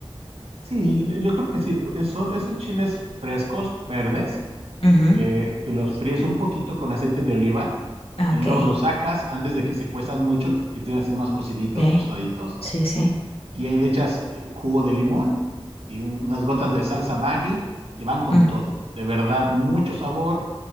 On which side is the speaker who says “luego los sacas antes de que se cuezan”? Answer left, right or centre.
Right